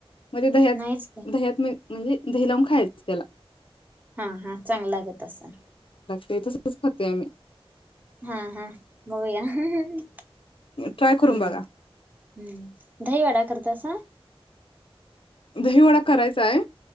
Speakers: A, on the left; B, on the right.
A: मध्ये दह्यात
B: नाहीच की
A: दह्यात म म्हणजे दही लावून खायचं त्याला.
B: हा हा चांगलागे तं.
A: ते तसच खात आम्ही.
B: हा हा मघया. हम्म
A: ट्राय करून
B: हम्म
A: बघा
B: दहीवाडा करत अस.
A: दहीवडा करायचा आहे.